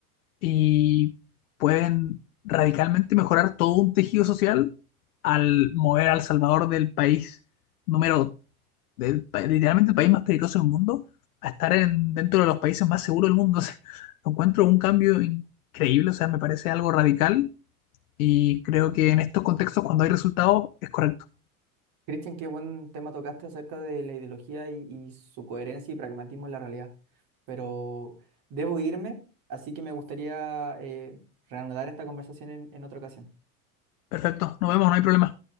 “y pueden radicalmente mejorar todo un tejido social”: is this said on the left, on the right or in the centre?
Left